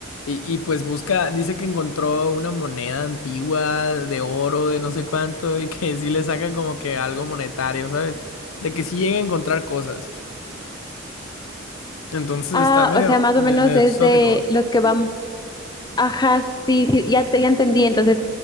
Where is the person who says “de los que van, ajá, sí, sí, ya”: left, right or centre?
Left